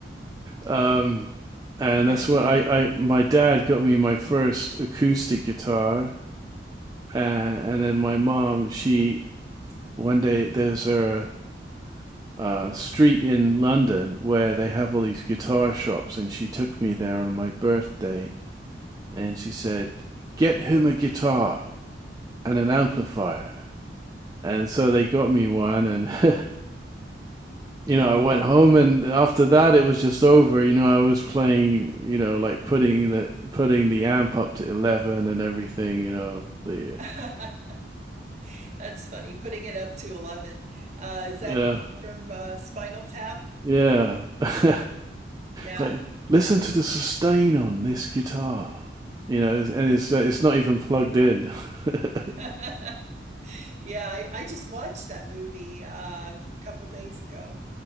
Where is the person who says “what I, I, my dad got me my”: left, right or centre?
Right